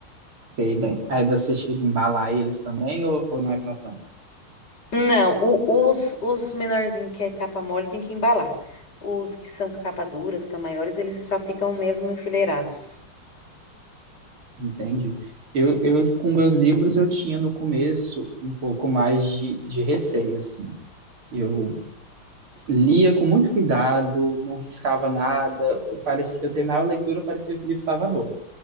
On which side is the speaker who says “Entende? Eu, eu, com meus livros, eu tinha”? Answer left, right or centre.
Right